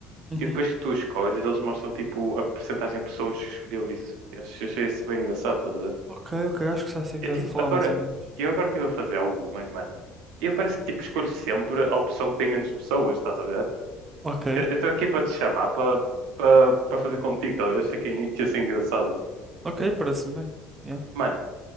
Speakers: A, on the right (about 30°); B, on the right (about 75°).
A: Uhum.
B: E depois que tu escolhes, eles mostram, tipo, a percentagem de pessoas que escolheu isso. Eu ach- achei isso bem engraçado, estás a ver?
A: Ok, ok, acho que já sei o
B: Eu,
A: que
B: tipo,
A: estás a falar
B: agora,
A: mais ou menos.
B: eu agora estive a fazer algumas, mano. E eu parece que, tipo, escolho sempre a opção que tem menos pessoas, estás a ver?
A: Ok,
B: Eu estou aqui para te chamar para para para fazer contigo, talvez fique que assim engraçado.
A: ok, parece-me bem. Yeah.
B: Mano,